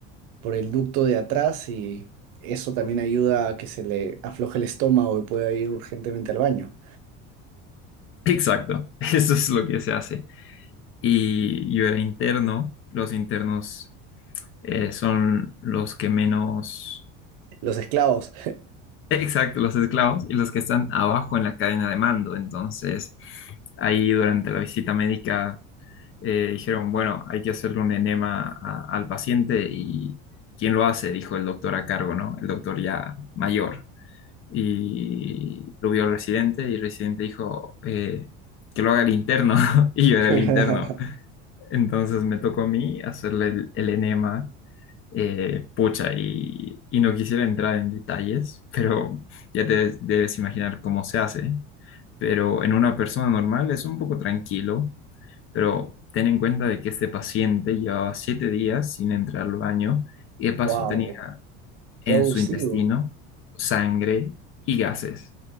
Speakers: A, on the right (about 70°); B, on the left (about 40°).
A: por el ducto de atrás y eso también ayuda a que se le afloje el estómago y pueda ir urgentemente al baño.
B: exacto, eso es lo que se hace. Y yo era interno, los internos eh, son los que menos...
A: Los esclavos.
B: Exacto, los esclavos y los que están abajo en la cadena de mando. Entonces, ahí durante la visita médica eh, dijeron, bueno, hay que hacerle un enema a- al paciente y ¿quién lo hace? Dijo el doctor a cargo, ¿no? El doctor ya mayor. Y lo vio el residente y el residente dijo eh, que lo haga el interno <laughs> y yo era
A: <laughs>
B: el interno. Entonces me tocó a mí hacerle el el enema eh, pucha, y, y no quisiera entrar en detalles, <laughs> pero ya te debes imaginar cómo se hace. Pero en una persona normal es un poco tranquilo, pero ten en cuenta de que este paciente llevaba siete días sin entrar al baño y de paso
A: Wow,
B: tenía en
A: qué abusivo.
B: su intestino sangre y gases.